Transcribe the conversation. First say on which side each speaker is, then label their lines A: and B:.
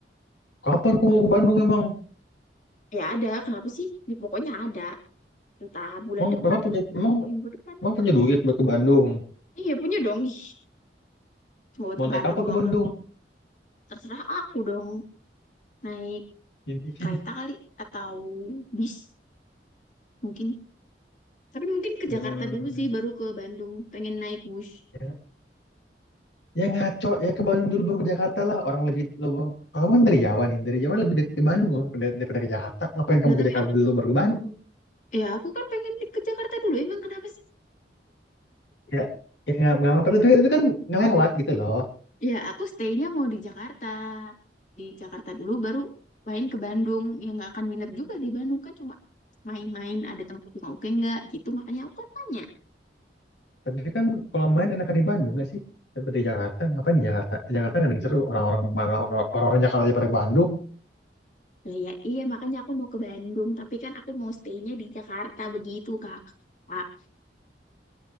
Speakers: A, on the left; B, on the left.
A: Kapan kamu ke Bandung emang?
B: Ya ada. Kenapa sih? Di pokoknya ada. Entah bulan
A: Emang,
B: depan,
A: memang punya emang
B: minggu depan.
A: emang punya duit buat ke Bandung.
B: Iya punya dong. Ih, Cuma buat
A: Mau
B: ke
A: naik
B: Bandung
A: apa
B: doang.
A: ke Bandung?
B: lah, Terserah aku dong. Naik
A: Ini. <laughs>
B: kereta kali atau bis mungkin tapi mungkin ke
A: Hmm.
B: Jakarta dulu sih baru ke Bandung pengen naik bus
A: ya, Ya ngaco ya ke Bandung dulu baru ke Jakarta lah. Orang lebih lo kamu kan dari Jawa nih, dari Jawa lebih dekat ke Bandung loh, daripada, daripada ke Jakarta. Ngapain kamu
B: nah tapi
A: ke Jakarta
B: aku,
A: dulu baru ke Bandung?
B: ya aku kan pengen di- ke Jakarta dulu emang kenapa sih
A: Ya, ya nggak nggak apa-apa. Tapi itu kan ngelewat gitu loh.
B: ya aku stay-nya mau di Jakarta di Jakarta dulu baru main ke Bandung ya nggak akan nginep juga di Bandung kan cuma main-main ada tempat yang oke nggak gitu makanya aku kan tanya
A: Tapi kan kalau main enakan di Bandung nggak sih? Daripada di Jakarta, ngapain di Jakarta? Di Jakarta nggak ada yang
B: ya,
A: seru. Orang-orang mana orang- orang-orang Jakarta aja pada ke Bandung.
B: lah ya iya makanya aku mau ke Bandung tapi kan aku mau stay-nya di Jakarta begitu kak. Kak.